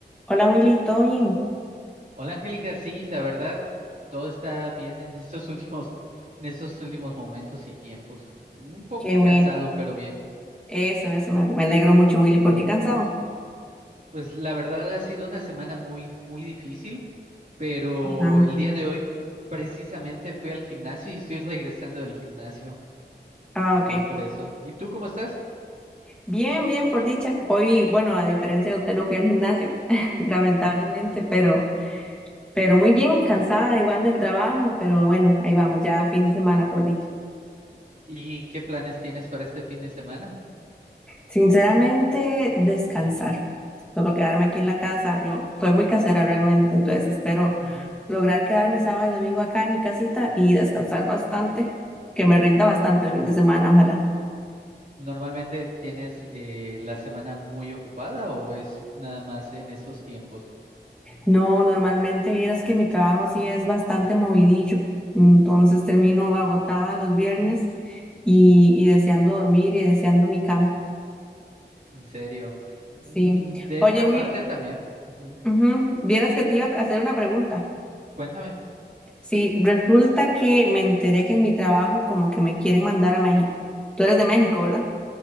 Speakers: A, in the centre; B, on the right.
A: Hola Willy, ¿todo bien?
B: Hola Angélica, sí, la verdad, todo está bien en <laughs> estos últimos, en estos últimos momentos y tiempos. Un poco
A: Qué bueno.
B: cansado, pero bien.
A: Eso, eso, me, me alegro mucho Willy, ¿por qué cansado?
B: Pues la verdad ha sido una semana muy, muy difícil, pero
A: Ajá.
B: el día de hoy precisamente fui al gimnasio y estoy regresando del gimnasio.
A: Ah, ok.
B: Entonces por eso. ¿Y tú cómo estás?
A: Bien, bien, por dicha. Hoy, bueno, a diferencia de usted no fui al gimnasio, <laughs> lamentablemente, pero, pero muy bien, cansada igual del trabajo, pero bueno, ahí vamos, ya fin de semana, por dicha.
B: ¿Y qué planes tienes para este fin de semana?
A: Sinceramente, descansar. Solo quedarme aquí en la casa. Yo soy muy casera realmente, entonces espero
B: Ujú.
A: lograr quedarme sábado y domingo acá en mi casita y descansar bastante, que me rinda bastante el fin de semana, ojalá.
B: ¿Normalmente tienes eh, la semana muy ocupada o es nada más en estos tiempos?
A: No, normalmente vieras que mi trabajo sí es bastante movidillo, entonces termino agotada los viernes y, y deseando dormir y deseando mi cama.
B: En serio. Mm,
A: Sí.
B: De
A: Oye,
B: esta
A: Will,
B: parte también. Ujú.
A: ujú, vieras que te iba a hacer una pregunta.
B: Cuéntame.
A: Sí, resulta que me enteré que en mi trabajo como que me quieren mandar a México. Tú eres de México, ¿verdad?